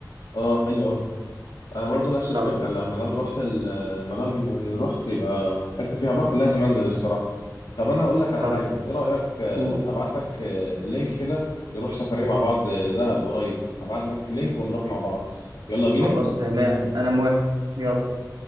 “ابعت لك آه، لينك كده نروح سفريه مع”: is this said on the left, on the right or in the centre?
Left